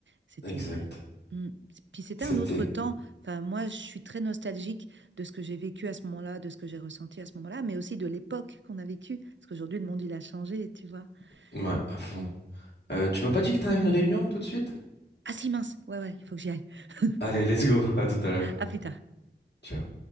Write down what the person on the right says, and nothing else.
C'était
Mm. Puis c'était
un autre temps. Enfin, moi, je suis très nostalgique de ce que j'ai vécu à ce moment-là, de ce que j'ai ressenti à ce moment-là, mais aussi de l'époque qu'on a vécue. Parce qu'aujourd'hui, le monde, il a changé, tu vois.
Mm.
Ah si, mince. Ouais, ouais, il faut que j'y aille. <laughs>
À plus tard.